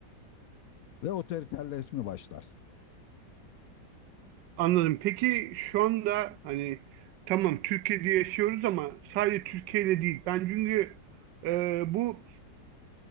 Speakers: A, on the left (about 65°); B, on the right (about 80°).
A: Ve otoriterleşme başlar.
B: anladım. Peki şu anda hani tamam Türkiye'de yaşıyoruz ama sadece Türkiye'de değil. Ben çünkü e, bu